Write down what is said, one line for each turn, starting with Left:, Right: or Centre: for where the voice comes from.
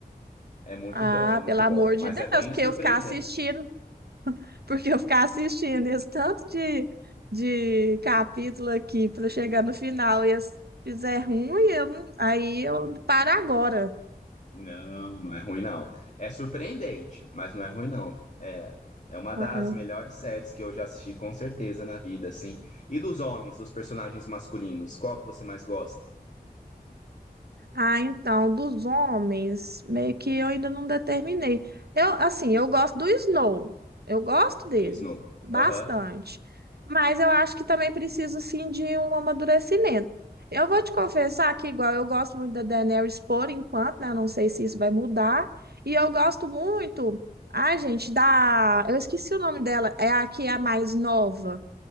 Left: É muito
Right: Ah,
Left: bom, é muito
Right: pelo amor
Left: bom,
Right: de
Left: mas
Right: Deus,
Left: é bem
Right: porque
Left: surpreendente.
Right: eu ficar assistindo, <laughs> porque eu ficar assistindo esse tanto de, de capítulo aqui para chegar no final e se fizer ruim, eu não- aí eu paro agora.
Left: Não, não é ruim não. É surpreendente, mas não é ruim não. É, é uma
Right: Ah,
Left: das melhores séries que eu já assisti com certeza na vida, assim. E dos homens, dos personagens masculinos, qual que você mais gosta?
Right: Ah, então, dos homens, meio que eu ainda não determinei. Eu, assim, eu gosto do Snow. Eu gosto dele
Left: Jon Snow.
Right: bastante.
Left: Aham.
Right: Mas eu acho que também preciso, assim, de um amadurecimento. Eu vou te confessar que, igual, eu gosto muito da Daenerys por enquanto, né? Eu não sei se isso vai mudar. E eu gosto muito, ai, gente, da... Eu esqueci o nome dela. É a que é a mais nova.